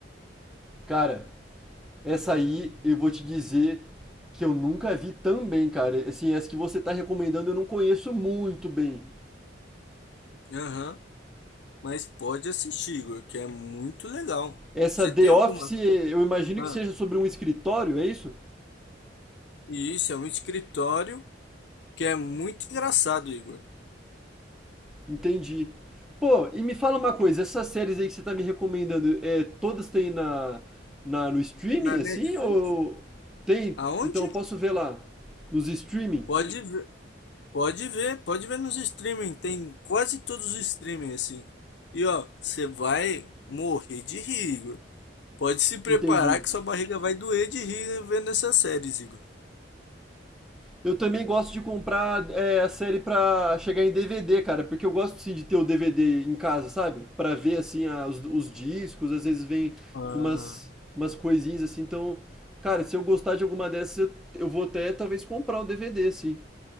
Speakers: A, in the centre; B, on the left.
A: Cara, Essa aí eu vou te dizer que eu nunca vi tão bem, cara. Assim, essa que você tá recomendando eu não conheço muito bem.
B: Aham. Mas pode assistir, Igor, que é muito legal.
A: Essa
B: Você
A: The
B: tem
A: Office,
B: alguma.
A: eu imagino
B: Ah,
A: que seja sobre um escritório, é isso?
B: e isso é um escritório que é muito engraçado, Igor.
A: Entendi. Pô, e me fala uma coisa, essas séries aí que você tá me recomendando, é, todas têm na, na- no streaming,
B: Na
A: assim?
B: Netflix?
A: Ou tem?
B: Aonde?
A: Então eu posso ver lá, nos streaming?
B: Pode ver. Pode ver, pode ver nos streaming, tem quase todos os streaming assim. E ó, você vai morrer de rir, Igor. Pode se preparar
A: Entendi.
B: que sua barriga vai doer de rir vendo essas séries, Igor.
A: Eu também gosto de comprar é, a série pra chegar em DVD, cara, porque eu gosto sim de ter o DVD em casa, sabe? Pra ver assim a- os, os discos, às vezes vem
B: Ah.
A: com umas, umas coisinhas assim, então, cara, se eu gostar de alguma dessas, eu, eu vou até talvez comprar o DVD, assim.